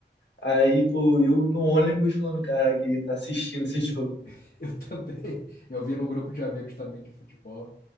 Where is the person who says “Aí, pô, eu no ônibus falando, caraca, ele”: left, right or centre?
Left